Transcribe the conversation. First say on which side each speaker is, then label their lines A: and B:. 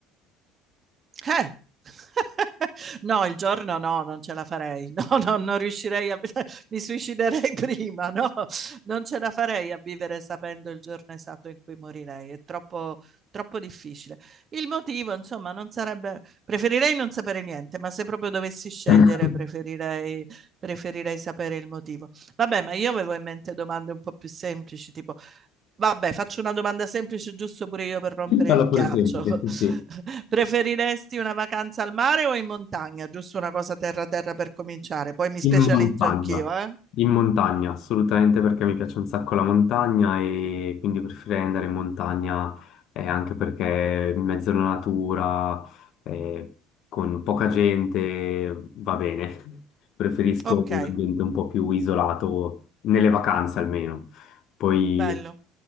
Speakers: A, on the right; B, on the left.
A: Eh. <laughs> No, il giorno no, non ce la farei. <laughs> No, no, non riuscirei a <laughs> mi suiciderei prima, no. Non ce la farei a vivere sapendo il giorno esatto in cui morirei, è troppo troppo difficile. Il motivo, insomma, non sarebbe preferirei non sapere niente, ma se proprio dovessi scegliere
B: <laughs>
A: preferirei preferirei sapere il motivo. Vabbè, ma io avevo in mente domande un po' più semplici, tipo Vabbè, faccio una domanda semplice, giusto pure io per rompere
B: Farla
A: il
B: pure
A: ghiaccio.
B: semplice, sì, sì.
A: Preferiresti una vacanza al mare o in montagna? Giusto una cosa terra terra per cominciare, poi mi specializzo
B: In montagna,
A: anch'io, eh?
B: in montagna, assolutamente perché mi piace un sacco la montagna e quindi preferirei andare in montagna eh, anche perché in mezzo alla natura, eh, con poca gente, va bene. <laughs> Preferisco
A: Ok,
B: un ambiente un po' più isolato, nelle vacanze almeno. Poi
A: bello.